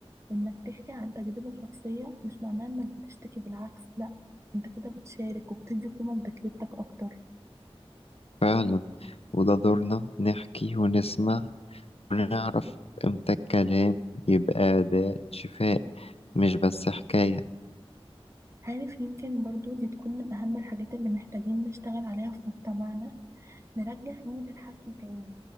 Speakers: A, on the right; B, on the left.
A: وإنك تحكي عن تجربة شخصية مش معناه إنك بتشتكي بالعكس لأ انت كده بتشارك وبتدي قيمة لتجربتك أكتر
B: فعلا وده دورنا نحكي ونسمع ونعرف امتى الكلام يبقى أداة شفاء مش بس حكاية
A: عارف يمكن برضو دي تكون من أهم الحاجات اللي محتاجين نشتغل عليها في مجتمعنا نرجع قيمة الحكي تاني